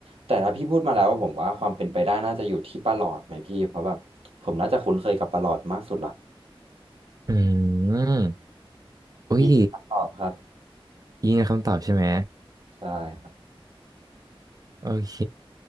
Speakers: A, on the right; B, on the right.
A: แต่ถ้าพี่พูดมาแล้วผมว่าความเป็นไปได้น่าจะอยู่ที่ประหลอดไหมพี่เพราะแบบผมน่าจะคุ้นเคยกับประหลอดมากสุดละ
B: อืม อุ้ย
A: ยินดีครับตอบครับ
B: ยิงคำตอบใช่ไหม
A: ใช่ครับ
B: โอเค